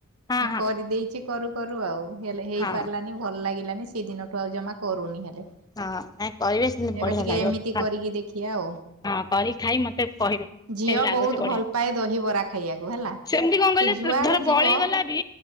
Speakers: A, on the left; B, on the right.
A: ହଁ ହଁ
B: କରିଦେଇଛି କରୁ କରୁ ଆଉ ହେଲେ ହେଇପାରିଲାନି
A: ହଁ
B: ଭଲ ଲାଗିଲାନି ସେଇଦିନଠୁ। ଠୁ ଆଉ ଜମା କରୁନି ହେଲେ।
A: ହଁ ନାଇଁ କରିବେ। ସେମିତି
B: ଏବେ
A: ବଢିଆ
B: ଟିକେ
A: ଲାଗିବ।
B: ଏମିତି କରିକି ଦେଖିବା ଆଉ।
A: ହଁ କରି ଖାଇ ମତେ କହିବେ
B: ଝିଅ
A: କେମିତି ଲାଗୁଛି
B: ବହୁତ
A: ବଢିଆ
B: ଭଲ ପାଏ ଦହିିବରା ଖାଇବାକୁ ହେଲା।
A: ସେମିତି କଣ କହିଲେ
B: ସେ ଯୁଆଡେ
A: ଧର ବଳି
B: ଯିବ
A: ଗଲା ବି